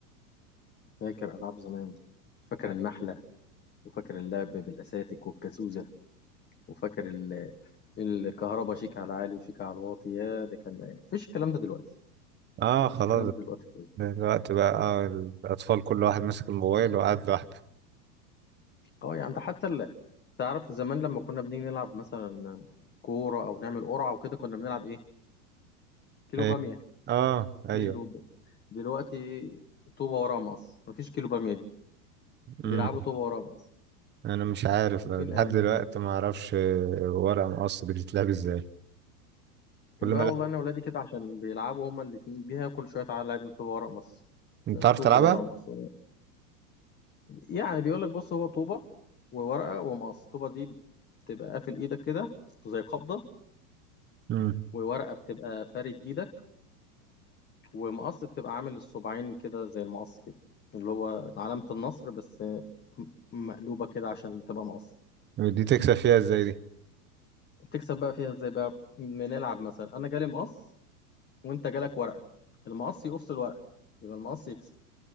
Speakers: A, on the left (about 20°); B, on the right (about 20°).
A: فاكر العاب زمان فاكر النحله وفاكر اللعب بالاساتك والكازوزه وفاكر ال- الكهرباء شيك على العالي وشيك على الواطي يا ده كان ايام مفيش الكلام ده دلوقتي
B: اه خلاص
A: مفيش الكلام ده دلوقتي خالص.
B: دلوقتي بقى آه الاطفال كل واحد ماسك الموبايل وقاعد لوحده
A: اه يا عم ده حتى ال... تعرف زمان لما كنا بنيجي نلعب مثلا كوره او نعمل قرعه وكده كنا بنلعب ايه؟ كيلو
B: ايه
A: باميه
B: اه
A: كيلو
B: ايوه
A: ب... دلوقتي طوبه وراه مقص مفيش كيلو باميه دي بيلعبوا
B: امم
A: طوبه وراه مقص
B: انا مش عارف آه،
A: فين
B: لحد
A: ايام
B: دلوقتي
A: زمان
B: ما اعرفش آه، ورق مقص بتتلعب ازاي كل
A: لا
B: ما
A: والله
B: لا
A: انا ولادي كده عشان بيلعبوا هما الاتنين بيها كل شويه تعالى العب طوبه ورق مص
B: انت عارف
A: طوبه
B: تلعبها
A: ورق مص يعني بيقول لك بص هو طوبه وورقه ومقص الطوبه دي بتبقى قافل ايدك كده زي قبضه
B: امم
A: وورقه بتبقى فارد ايدك ومقص بتبقى عامل الصباعين كده زي المقص كده اللي هو علامه النصر بس م- مقلوبه كده عشان تبقى مقص
B: دي تكسب فيها ازاي دي
A: تكسب بقى فيها ازاي بقى بنلعب مثلا انا جالي مقص وانت جالك ورقه المقص يقص الورقه يبقى المقص يكسب